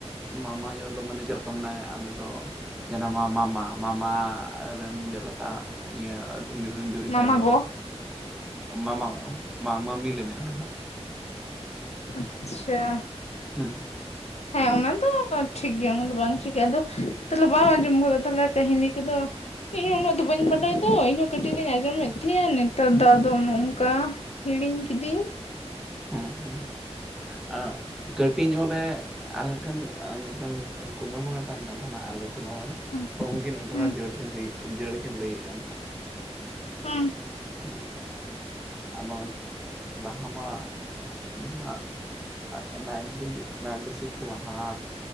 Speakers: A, in the centre; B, on the left.
A: ᱢᱟᱢᱟᱭ ᱟᱭᱳ ᱫᱚ ᱢᱟᱱᱮ ᱪᱮᱫ ᱞᱮᱠᱟ ᱢᱮᱱᱟᱭᱟ ᱟᱞᱮ ᱫᱚ ᱡᱮᱱᱚ ᱢᱟ ᱢᱟᱢᱟ ᱢᱟᱢᱟ ᱨᱮᱱ ᱡᱮᱞᱮᱠᱟ ᱤᱭᱟᱹ ᱩᱱᱤᱨ ᱨᱮᱱ ᱡᱩᱨᱤ
B: ᱢᱟᱢᱟ
A: ᱛᱟᱭ ᱫᱚ
B: ᱜᱚ
A: ᱢᱟᱢᱟ, ᱢᱟᱢᱤ ᱞᱮ ᱢᱮᱱᱟ
B: ᱟᱪᱪᱷᱟ
A: ᱦᱩᱸ
B: ᱦᱮᱸ ᱚᱱᱟ ᱫᱚ ᱴᱷᱤᱠ ᱜᱮᱭᱟ ᱚᱱᱟ ᱫᱚ ᱵᱟᱝ ᱪᱤᱠᱟᱹᱜ-ᱟ, ᱟᱫᱚ ᱛᱟᱦᱚᱞᱮ ᱵᱟᱢ ᱟᱸᱡᱚᱢ ᱜᱚᱫᱟ ᱛᱟᱦᱚᱞᱮ ᱠᱟᱹᱦᱤᱱᱤ ᱠᱚᱫᱚ ᱤᱧᱦᱚ ᱩᱱᱟᱹᱜ ᱫᱚ ᱵᱟᱹᱧ ᱵᱟᱰᱟᱭ ᱫᱚ ᱤᱧᱦᱚᱸ ᱠᱟᱹᱴᱤᱡ ᱨᱤᱧ ᱟᱸᱡᱚᱢᱮᱫ ᱛᱟᱦᱮᱸᱱᱟ ᱱᱮᱛᱟᱨ ᱫᱚ ᱟᱫᱚ ᱱᱚᱝᱠᱟ ᱦᱤᱲᱤᱧ ᱠᱤᱫᱤᱧ
A: ᱦᱩᱸ ᱦᱩᱸ ᱟ ᱠᱟᱹᱴᱤᱡ ᱧᱚᱜ ᱨᱮ ᱟᱞᱮᱴᱷᱮᱱ ᱢᱤᱫᱴᱮᱱ ᱠᱩᱢᱟᱹᱝ ᱦᱚᱲᱮ ᱛᱟᱦᱮᱱ ᱠᱟᱱ ᱛᱟᱦᱮᱱᱟ
B: ᱦᱩᱸ
A: <unintelligible> ᱛᱚ ᱩᱱᱠᱤᱱ
B: ᱦᱩᱸ
A: <unintelligible> ᱡᱟᱹᱲ ᱠᱤᱱ ᱞᱟᱹᱭᱮᱫᱼᱟ
B: ᱦᱩᱸ
A: ᱦᱩᱸ, ᱟᱫᱚ ᱵᱟᱦᱟ ᱢᱟ ᱡᱟᱦᱟᱸ ᱱᱟᱭᱤᱱᱴᱤᱱ ᱱᱟᱭᱤᱱᱴᱤ ᱥᱤᱠᱥ ᱞᱟᱦᱟ